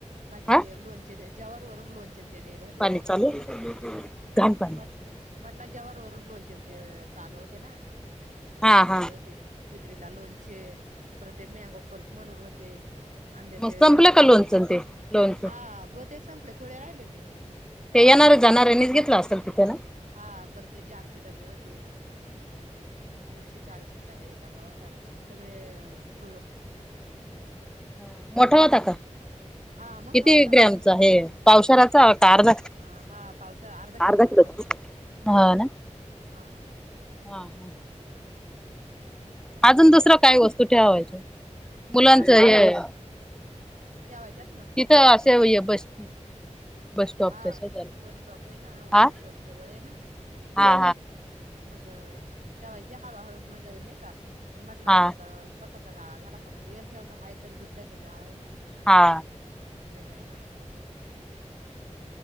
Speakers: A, on the right (about 80°); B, in the centre.
A: बाकी
B: हा
A: ते लोणचे ज्यावर वरून लोणचे चि तेल होते
B: पाणी
A: ना
B: चालू घाण पाणी
A: म म्हटलं जेवर वरून लोणचेन ते चालू होते ना
B: हा
A: आणले
B: हा
A: होते विक्रीला लोणचे पर ते मॅगो पल्प म्हणून होते आंब्याचे
B: मग संपलं
A: घर वते
B: का लोणचं ते लोणचं
A: हा वते संपलं थोडे राहिले ती
B: ते येणार जाणारऱ्यांनीच घेतला असेल तिथे ना
A: हा पर ते जामचे डबे होते एकशे चाळीस रुपयाला एक डबा होता सगळे फ
B: ह मोठवाता का
A: हा मग
B: किती
A: मोठा डबा
B: ग्रॅमच
A: होता.
B: आहे पावसाळाचा अर्ध
A: अ हा पावशा अर्धा किलोचा
B: अर्ध
A: होता.
B: हा ना
A: हा
B: हा हा अजून दुसरं काय वस्तू ठेवायच्या मुलांचं
A: हा ना
B: हे
A: ठेवायच्यात ना
B: तिथं असे बस बस स्टॉपच्या
A: हा
B: शेजारी
A: बस स्टॉप आहे ना
B: हा
A: बस स्टॉप जवळ आहे ना
B: हा
A: मग ठेवायची हळू हळू मजा आ नाही का पण म्हटलं
B: हा
A: आपला स्वतचा गाळा झाला का मग येईल कव होता हा तरी दुसऱ्याच गाळा आहे ना
B: हा
A: त्या चां